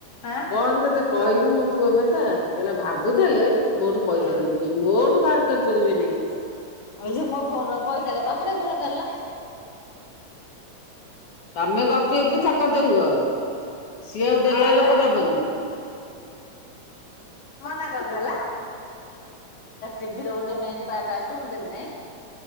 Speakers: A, on the left (about 40°); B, on the left (about 55°).
A: ଆଁ
B: କଣ ତତେ କହିବି ମୋ ପୁଅ କଥା। କହିଲା ଭାବୁଥୁଲେ ମୋ ଠୁ ପଇସା
A: ହୁଁ
B: ନେଇଯିବେ ମୋଠୁ ଭାର କରିପାରିବେ ନେଇଁ।
A: କୋଉଚି ମୋ ଫୋନ ପଇସା ନାଇଁ। ବାପା ଟିକେ ଗୋଡ କାଡ଼ଲ।
B: ତମେ ଗପି ଗପି ଥକତ ହୁଅ। ସିଏ ଆଉ ଦେଲା
A: ହଁ
B: ଲୋକ
A: ବା
B: ଦବନି।
A: ତା କରଦେଲା
B: ହଁ
A: ଟିଭିରେ ଗୋଟେ ମେ ପାର୍ଟ ଆସିବ ମୁଁ ଦେମିନେଇଁ।